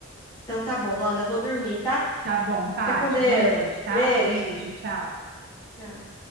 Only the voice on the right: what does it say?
Tá bom,
Pati,
boa noite, tá?
Beijo, tchau.